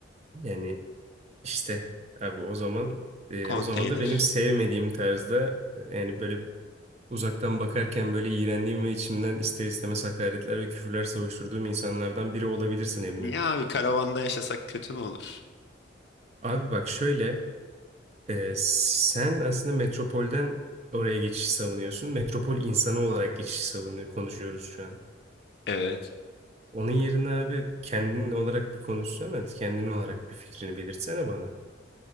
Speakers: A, on the right; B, on the left.
A: Yani işte abi o zaman e,
B: Konteyner.
A: o zaman da benim sevmediğim tarzda e, yani böyle Uzaktan bakarken böyle iğrendiğim ve içimden ister istemez hakaretler ve küfürler savuşturduğum insanlardan biri olabilirsin emmim.
B: Niye abi karavanda yaşasak kötü mü olur?
A: Abi bak şöyle, e, sen aslında metropolden oraya geçişi savunuyorsun. Metropol insanı olarak geçişi savunuyor, konuşuyoruz şu an.
B: Evet.
A: Onun yerine abi kendin olarak bir konuşsana, kendin olarak bir fikrini belirtsene bana.